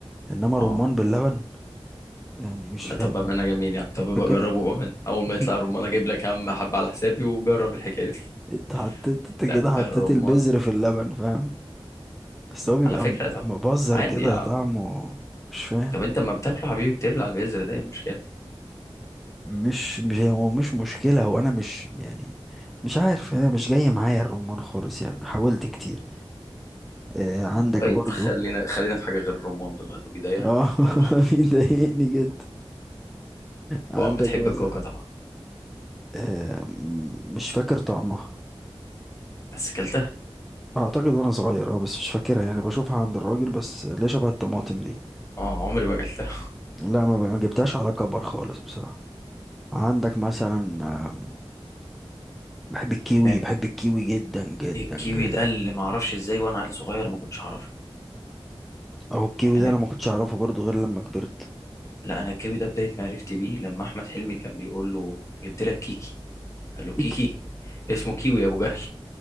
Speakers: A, in the centre; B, on the left (about 30°).
A: انما
B: اه
A: رمان باللبن يعني مش
B: لا
A: فاهم
B: طب بأمانة جميل يعني
A: انت
B: طب ابقى
A: كده
B: جربه بأمانة اول ما
A: <laughs>
B: يطلع الرومان اجيب لك يا عم حبة على حسابي وجرب الحكاية دي <laughs>
A: انت حطيت انت كده
B: لا
A: حطيت
B: الرومان
A: البذر في اللبن فاهم بس هو بيبقى
B: على فكرة
A: م-
B: طب
A: مبذر
B: عادي
A: كده
B: يا عم
A: طعمه مش فاهم
B: طب انت اما بتاكله حبيبي بتبلع البذر ده ايه المشكلة
A: مش مش هو مش مشكلة هو أنا مش يعني مش عارف هي مش جاية معايا الرمان خالص يعني حاولت كتير آه عندك
B: طيب
A: برضو
B: خلينا خلينا في حاجة غير الرمان ده لأنه بيضايقك
A: اه <laughs>
B: بلاش
A: بيضايقني جدا عندك
B: طبعا بتحب
A: مثلا
B: الكوكا طبعا
A: آه م- مش فاكر طعمها
B: بس اكلتها
A: اعتقد وانا صغير اه بس مش فاكرها يعني بشوفها عند الراجل بس ليه شبه الطماطم دي
B: اه عمري ما اكلتها
A: لا ما ب- ما جبتهاش على كبر خالص بصراحة عندك مثلا آه، بحب
B: <laughs>
A: الكيوي
B: تمام
A: بحب الكيوي جدا جدا
B: الكيوي
A: جدا
B: ده اللي ما اعرفش ازاي وانا عيل صغير ما كنتش اعرفه
A: او الكيوي
B: يعني
A: ده
B: انا
A: انا ما كنتش اعرفه برضو غير لما كبرت
B: لا انا الكيوي ده بدايه معرفتي بيه لما احمد حلمي كان بيقول له جبت لك كيكي قال له كيكي
A: <laughs>
B: اسمه كيوي يا ابو جهل